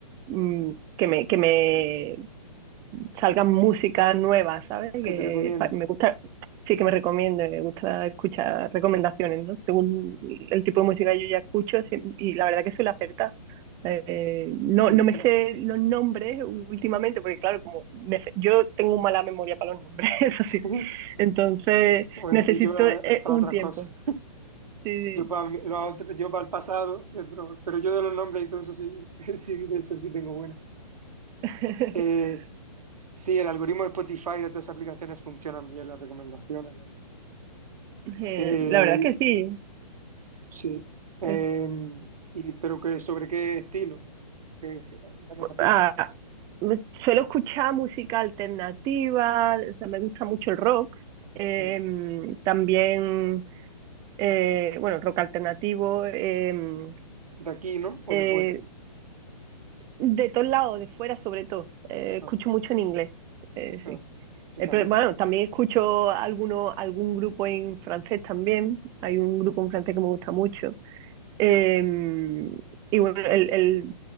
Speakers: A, on the right; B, on the right.
A: mm, que me, que me salgan músicas nuevas, ¿sabes? Que
B: que te recomiende.
A: pa- me gusta, sí que me recomiende, me gusta escuchar recomendaciones, ¿no? Según el tipo de música que yo ya escucho sí, y la verdad que suele acertar. Eh, no,
B: Sí,
A: no
B: está.
A: me sé los nombres últimamente, porque claro, como me sé- yo tengo mala memoria para los nombres, <laughs> eso
B: <laughs>
A: sí. Entonces
B: Bueno,
A: necesito
B: y yo la-
A: eh,
B: para
A: un
B: otras
A: tiempo.
B: cosas.
A: Sí,
B: Yo
A: sí.
B: para mi- lo otro- yo para el pasado, y otro- pero yo de los nombres y todo eso sí, <laughs> sí, de eso sí tengo buena.
A: <laughs>
B: Eh, sí, el algoritmo de Spotify y de todas esas aplicaciones funcionan bien, las recomendaciones. la verdad.
A: Eh,
B: Eh,
A: La verdad que sí.
B: sí. Eh,
A: Es-
B: y, pero que, ¿sobre qué estilo? Que, dame una pista.
A: ah, me- suelo escuchar música alternativa, o sea, me gusta mucho el rock. Em,
B: Mm.
A: también, eh, bueno, rock alternativo, em,
B: ¿De aquí, no? ¿O
A: eh,
B: de fuera?
A: de todos lados, de fuera sobre todo. Eh, escucho
B: Ah,
A: mucho en inglés, eh,
B: ah,
A: sí.
B: yo
A: Eh,
B: también.
A: pero, bueno, también escucho alguno, algún grupo en francés también. Hay un grupo
B: Ah,
A: en francés que me gusta mucho. Eh, y bueno, el, el,